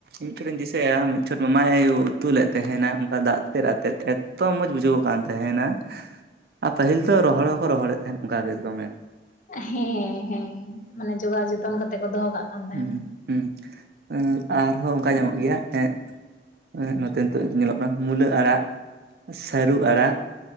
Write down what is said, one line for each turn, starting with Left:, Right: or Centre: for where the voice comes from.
Right: ᱢᱤᱫᱪᱷᱮᱱᱤᱧ ᱫᱤᱥᱟᱹᱭᱟ ᱢᱤᱫ ᱪᱷᱚᱴ ᱢᱟᱢᱟᱭ ᱩᱛᱩ ᱞᱮᱫ ᱛᱟᱦᱮᱱᱟ ᱫᱟᱜ ᱛᱮᱫ ᱟᱛᱮᱫ ᱮᱛᱚ ᱢᱚᱸᱡᱽ ᱵᱩᱡᱷᱟᱹᱣ ᱠᱟᱱ ᱛᱟᱦᱮᱱᱟ ᱟᱨ ᱯᱟᱹᱦᱤᱞ ᱫᱚ ᱨᱚᱦᱚᱲ ᱦᱚᱸᱠᱚ ᱨᱚᱦᱚᱲᱮᱫ ᱛᱟᱦᱮᱸᱫ ᱚᱱᱠᱟ ᱜᱮ ᱫᱚᱢᱮ
Left: ᱦᱮᱸ ᱦᱮᱸ ᱢᱟᱱᱮ ᱡᱚᱜᱟᱣ ᱡᱚᱛᱚᱱ ᱠᱟᱛᱮᱜ ᱠᱚ ᱫᱚᱦᱚ ᱠᱟᱜ ᱠᱟᱱ ᱛᱟᱦᱮᱱᱟ
Right: ᱦᱩᱸ ᱦᱩᱸ ᱟᱨᱦᱚᱸ ᱚᱱᱠᱟ ᱧᱟᱢᱚᱜ ᱜᱮᱭᱟ ᱮᱸᱜ ᱱᱚᱛᱮ ᱱᱤᱛᱚᱜ ᱧᱮᱞᱚᱜ ᱠᱟᱱᱟ ᱢᱩᱞᱟᱹ ᱟᱲᱟᱜ ᱥᱟᱹᱨᱩ ᱟᱲᱟᱜ